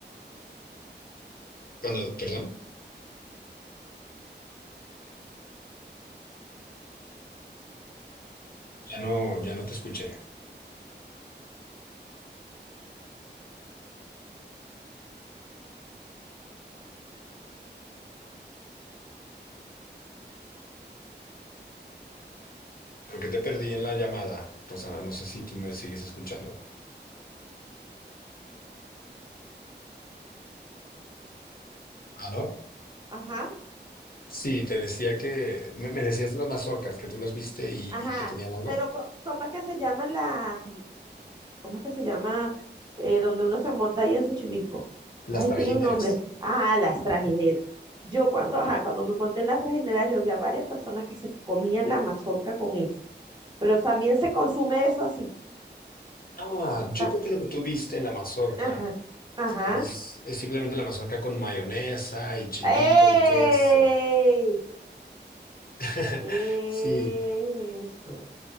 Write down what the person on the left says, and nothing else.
Cuando, perdón, ya no, ya no te escuché. Creo que te perdí en la llamada, Rosana, no sé si tú me sigues escuchando. ¿Ah, no?
Sí, te decía que, me, me decías las mazorcas, que tú las viste y,
y que tenían algo.
Las
trajineras.
Ah, yo
creo que lo que tú viste en la mazorca
es, es simplemente la mazorca con mayonesa y chilito
y queso. <laughs>
Sí,